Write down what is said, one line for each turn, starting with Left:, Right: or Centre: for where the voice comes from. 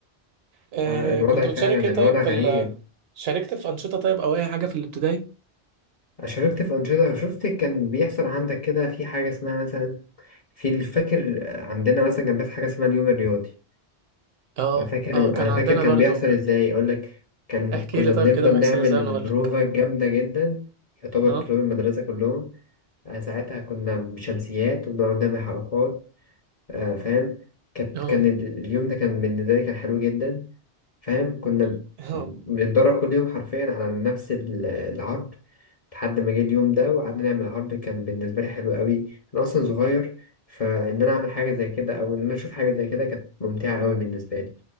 Right: آه
Left: آه، الوضع
Right: كنت بتشارك
Left: فعلا
Right: ايه
Left: الوضع
Right: طيب في
Left: غريب
Right: ال... شاركت في أنشطة طيب أو أي حاجة في الابتدائي؟
Left: شاركت في أنشطة شفت كان بيحصل عندك كده في حاجة اسمها مثلا في الفاكر عندنا مثلا كان بيحصل حاجة اسمها اليوم الرياضي
Right: اه
Left: أنا فاكر
Right: اه كان
Left: أنا
Right: عندنا
Left: فاكر كان
Right: برضه
Left: بيحصل
Right: كان
Left: إزاي أقولك كان
Right: احكي
Left: كنا
Right: لي طيب
Left: بنفضل
Right: كده بيحصل
Left: نعمل
Right: ازاي وأنا أقول
Left: بروفا
Right: لك
Left: جامدة جدا يعتبر
Right: اه
Left: طلاب المدرسة كلهم آه، ساعتها كنا بشمسيات وبنقعد نعمل حركات آه، فاهم كانت
Right: اه
Left: كان ال- اليوم ده كان بالنسبة لي كان حلو جدا فاهم كنا
Right: <laughs> اه
Left: بنتدرب كل يوم حرفيا على نفس ال- العرض لحد ما جه اليوم ده وقعدنا نعمل عرض كان بالنسبة لي حلو قوي أنا أصلا صغير فإن أنا أعمل حاجة زي كده أو إن أنا أشوف حاجة زي كده كانت ممتعة قوي بالنسبة لي